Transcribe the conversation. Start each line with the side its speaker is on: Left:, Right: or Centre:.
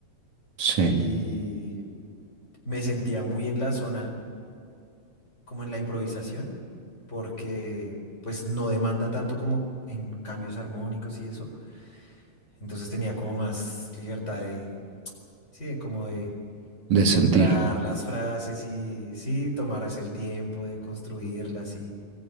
Right: Sí,
Left: Y me sentía muy en la zona, como en la improvisación, porque pues no demanda tanto como en cambios armónicos y eso. Entonces tenía como más libertad de, sí, de como de
Right: de
Left: encontrar
Right: sentir.
Left: las frases y sí, tomarse el tiempo de construirlas y